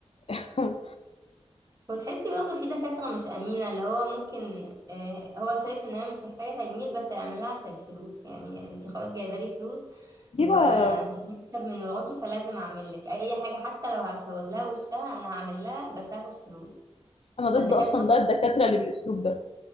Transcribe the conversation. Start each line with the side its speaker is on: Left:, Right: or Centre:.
Left: <laughs>
Right: وتحسي برضه في دكاترة مش أمينة اللي هو ممكن آه، هو شايف إن هي مش محتاجة تجميل بس هيعمل لها عشان الفلوس يعني انتي خلاص جايبة لي فلوس
Left: دي
Right: وهكسب
Left: بقى
Right: من وراكي فلازم أعمل لك أي حاجة حتى لو هشوه لها وشها أنا هعمل لها بس هاخد فلوس
Left: انا ضد
Right: فالدكاترة
Left: اصلا بقى الدكاتره اللي بالاسلوب ده